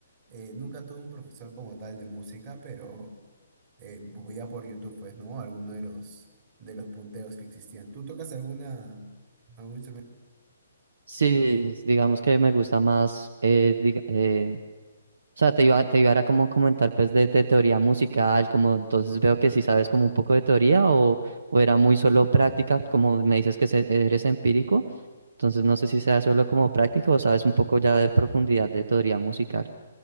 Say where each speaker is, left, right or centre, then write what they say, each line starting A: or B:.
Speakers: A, on the right (about 40°); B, on the right (about 70°).
A: Eh, nunca tuve un profesor como tal de música, pero eh, veía por YouTube, pues, ¿no? Alguno de los, de los punteos que existían. ¿Tú tocas alguna, algún instrumento?
B: Sí, digamos que me gusta más, eh, diga- eh, o sea, te iba, te iba era como comentar pues de, de teoría musical, como entonces veo que sí sabes como un poco de teoría o, o era muy solo práctica, como me dices que se- eres empírico, entonces no sé si sea solo como práctica o sabes un poco ya de profundidad de teoría musical.